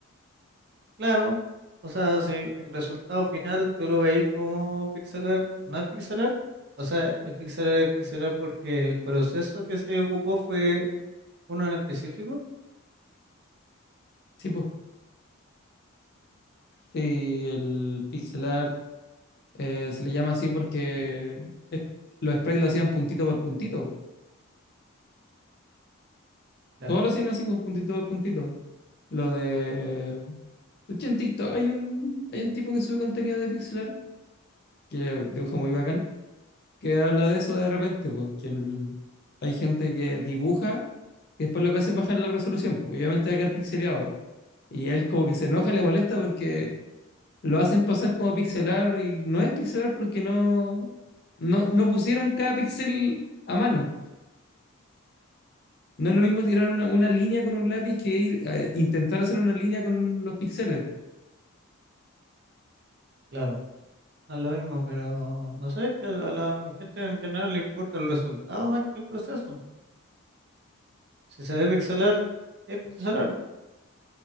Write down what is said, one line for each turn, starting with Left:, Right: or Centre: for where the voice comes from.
Right: Claro, o sea, si el resultado final tú lo veis como pixelar, no es pixelar, o sea, el pixelar es pixelar porque el proceso que se ocupó fue uno en específico,
Left: Sí, po. Sí, el pixel art eh, se le llama así porque es- los sprites lo hacían puntito por puntito.
Right: claro,
Left: Todos lo hacían así, pues, puntito por puntito. Lo de... De hecho, en TikTok hay un, hay un tipo que sube contenido de pixel art que dibuja muy bacán que habla de eso de repente, porque el- hay gente que dibuja y después lo que hace es bajar la resolución, pues, obviamente va a quedar pixeleado. Y él como que se enoja y le molesta porque lo hacen pasar como pixelar y no es pixelar porque no, no, no pusieron cada pixel a mano. No es lo mismo tirar una, una línea con un lápiz que ir a intentar hacer una línea con los píxeles.
Right: claro, no es lo mismo, pero no sé, que a la gente en general le importa el resultado más que el proceso. Si se ve pixelar, es pixelar.